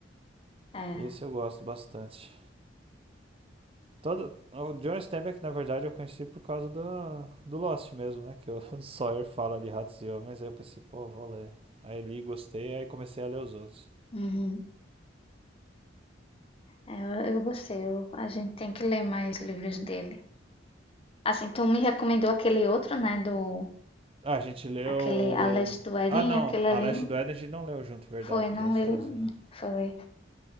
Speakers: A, on the left; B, on the right.
A: É.
B: E esse eu gosto bastante. Todo, o John Steinbeck, na verdade, eu conheci por causa do, do Lost mesmo, né? Que o <laughs> Sawyer fala de ratos e homens, aí eu pensei, pô, vou ler. Aí li, gostei, aí comecei a ler os outros.
A: Uhum. É, eu, eu gostei. Eu- a gente tem que ler mais livros dele. Assim, tu me recomendou aquele outro, né? Do
B: Ah, a gente leu.
A: aquele A Leste do Éden,
B: Ah, não,
A: aquele
B: A
A: ali
B: Leste do Éden a gente não leu junto, verdade,
A: foi, não
B: tu leu sozinho,
A: lembro,
B: né?
A: foi,